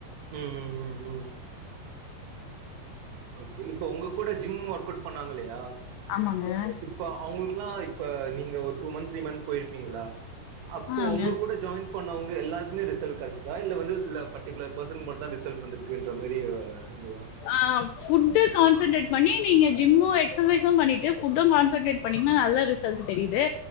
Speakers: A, on the right; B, on the left.
A: உம் உம் உம் உம் ஓகே இப்ப உங்க கூட ஜிம் ஒர்க் அவுட் பண்ணாங்க இல்லையா
B: ஆமாங்க
A: இப்ப அவங்களுக்குல்லா இப்ப நீங்க ஒரு டூ மன்த் த்ரீ மன்த் போயிருப்பீங்ளா அப்போ
B: ஆங்க
A: உங்க கூட ஜாயின் பண்ணங்க எல்லாருக்குமே ரிசல்ட் கிடச்சதா இல்ல வந்து பர்டிகுலர் பெர்சன் மட்டுதா ரிசல்ட் வந்துருக்குன்ற மாரி வ இதுதா
B: ஆ ஃபுட் கான்சன்ட்ரேட் பண்ணி நீ நீங்க ஜிம்மு எக்சர்சைஸும் பண்ணிட்டு ஃபுட்டும் கான்சன்ட்ரேட் பண்ணீங்கன்னா நல்ல ரிசல்ட் தெரியுது